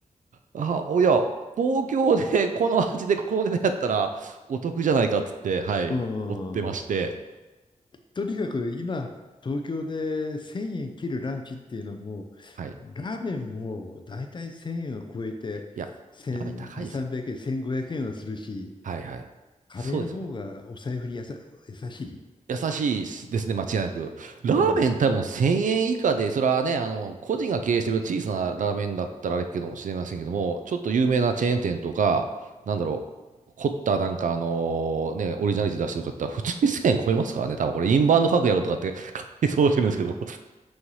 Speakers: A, on the right; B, on the left.
A: あ、おや、東京で <laughs> この味でここでねやったらお得じゃないかっつって、はい、
B: うん
A: 追ってまして。
B: とにかく今、東京で1000円切るランチっていうのはも
A: はい。
B: う、ラーメンも大体1000円を超えて、
A: いや、
B: 1000、
A: やっぱり高いですよ。
B: 2、300円、1500円はするし、
A: はいはい。
B: カレーの方がお財布にやさ、
A: そうですよね。
B: 優しい。
A: 優しいですね、間違いなく。ラーメン多分1000円以下で、
B: うん。
A: それはね、あの、個人が経営してる小さなラーメンだったらあれかもしれませんけども、ちょっと有名なチェーン店とか、なんだろう、凝ったなんかあのね、オリジナリティ出してる方、普通に1000円超えますからね、多分これインバウンド格やろうとかって <laughs> 勝手に想像してるんですけども。